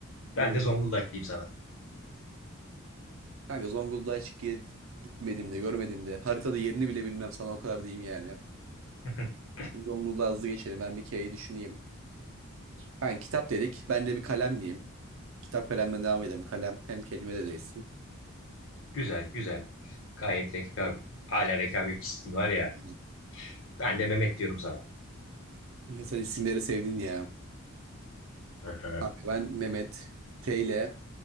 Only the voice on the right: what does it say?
Lüleburgaz.
Kanka Zonguldak'a hiç ge- gitmedim de görmedim de. Haritada yerini bile bilmem sana o kadar diyeyim yani.
Zonguldak'a hızlı geçelim. Ben bir K'yi düşüneyim. Kanka kitap dedik. Ben de bir kalem diyeyim. Kitap kalemden devam edelim. Kalem hem kelime de değilsin.
Aynen.
Sen isimleri sevdin ya.
Kanka ben Mehmet T ile